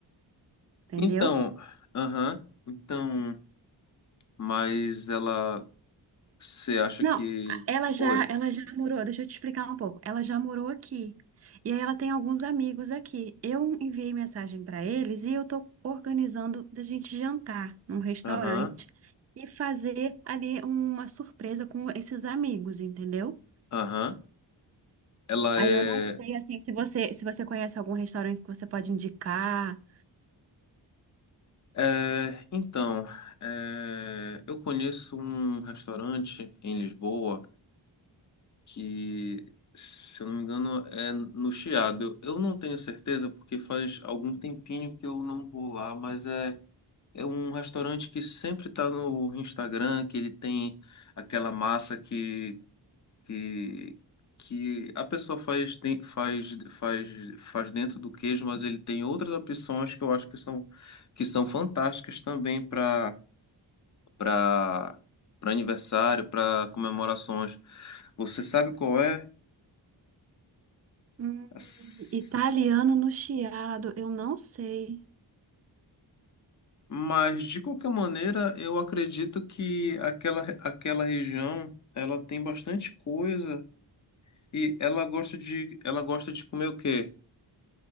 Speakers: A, on the right (about 35°); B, on the left (about 40°).
A: entendeu?
B: Então, aham, então, mas ela, você acha
A: Não,
B: que.
A: a- ela já,
B: Oi,
A: ela já morou, deixa eu te explicar um pouco. Ela já morou aqui. E aí ela tem alguns amigos aqui. Eu enviei mensagem para eles e eu tô organizando da gente jantar num restaurante
B: aham,
A: e fazer ali uma surpresa com esses amigos, entendeu?
B: aham. Ela
A: Aí
B: é.
A: eu não sei assim se você, se você conhece algum restaurante que você pode indicar.
B: É, então, é, eu conheço um restaurante em Lisboa que, se eu não me engano, é no Chiado. Eu eu não tenho certeza porque faz algum tempinho que eu não vou lá, mas é. É um restaurante que sempre tá no Instagram, que ele tem aquela massa que, que, que a pessoa faz, de- faz, faz, faz dentro do queijo, mas ele tem outras opções que eu acho que são, que são fantásticas também para para para aniversário, para comemorações. Você sabe qual é?
A: Hum,
B: As-
A: italiano no Chiado, eu não sei.
B: Mas de qualquer maneira, eu acredito que aquela, aquela região ela tem bastante coisa E ela gosta de, ela gosta de comer o quê?